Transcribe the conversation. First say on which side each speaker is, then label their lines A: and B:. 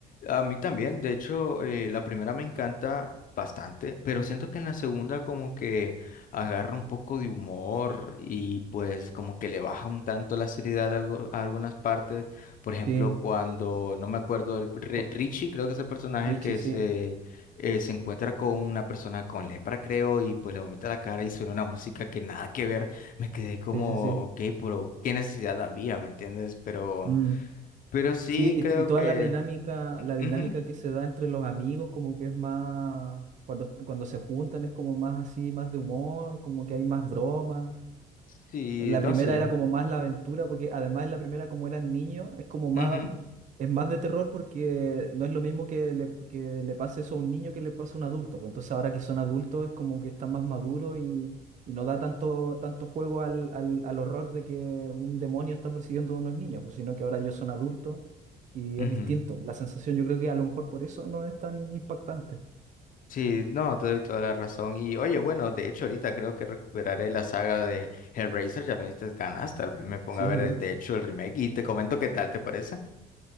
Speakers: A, on the left (about 55°); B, on the right (about 45°).
A: A mí también, de hecho, eh, la primera me encanta bastante, pero siento que en la segunda como que agarra un poco de humor y pues como que le baja un tanto la seriedad a, algo- a algunas partes. Por ejemplo,
B: Sí,
A: cuando, no me acuerdo, el, Re-
B: Ju-
A: Richie creo que es el personaje
B: Richie,
A: que
B: sí,
A: se, eh, se encuentra con una persona con lepra, creo, y pues le vomita la cara y suena una música que nada que ver. Me quedé como,
B: sí, sí, sí.
A: ok, pero ¿qué necesidad había? ¿Me entiendes? Pero,
B: Mm,
A: pero sí
B: Sí,
A: creo
B: y, y toda
A: que...
B: la dinámica, la dinámica
A: ujú.
B: que se da entre los amigos, como que es más, cuando, cuando se juntan es como más así, más de humor, como que hay más bromas.
A: Sí,
B: La
A: no
B: primera
A: sé.
B: era como más la aventura, porque además en la primera, como eran niños, es como más,
A: Ujú,
B: es más de terror porque no es lo mismo que le, que le pase eso a un niño que le pase a un adulto. Pues entonces ahora que son adultos es como que están más maduros y, y no da tanto, tanto juego al, al, al horror de que un demonio está persiguiendo a unos niños, pues sino que ahora ellos son adultos y
A: ujú.
B: es distinto. La sensación, yo creo que a lo mejor por eso no es tan impactante.
A: Sí, no, te doy toda la razón. Y oye, bueno, de hecho ahorita creo que recuperaré la saga de Hellraiser, ya me diste ganas, tal vez me ponga
B: Sí,
A: a ver
B: sí,
A: el,
B: sí.
A: de hecho el remake y te comento qué tal te parece.